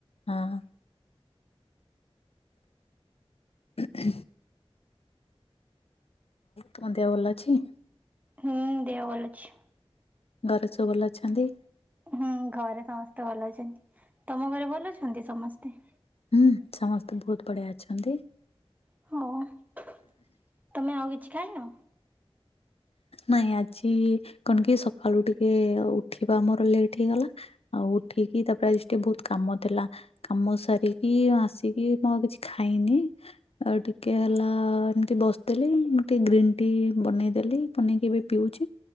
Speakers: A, on the left; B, on the right.
A: ହଁ। <unintelligible> ତୁମ ଦେହ ଭଲ ଅଛି?
B: ହୁଁ ଦେହ ଭଲ ଅଛି।
A: ଘରେ ସବୁ ଭଲ ଅଛନ୍ତି।
B: ହୁଁ ଘରେ ସମସ୍ତେ ଭଲ ଅଛନ୍ତି ତମ ଘରେ ଭଲ ଅଛନ୍ତି ସମସ୍ତେ?
A: ହୁଁ ସମସ୍ତେ ବହୁତ ବଢିଆ ଅଛନ୍ତି।
B: ହଉ ତମେ ଆଉ କିଛି ଖାଇନ।
A: ନାଇଁ ଆଜି କଣ କି ସକାଳୁ ଟିକେ ଉଠିବା ଆମର ଲେଟ୍ ହେଇଗଲା ଆଉ ଉଠିକି ତାପରେ ଆଜି ଟିକେ ବହୁତ କାମ ଥିଲା। କାମ ସାରିକି ଆସିକି ମୁଁ ଆଉ କିଛି ଖାଇନି। ଆଉ ଟିକେ ହେଲା ଏମିତି ବସିଥିଲି ମୁଁ ଟିକେ ଗ୍ରୀନ୍ ଟି ବନେଇ ଦେଲି ବନେଇକି ଏବେ ପିଉଛି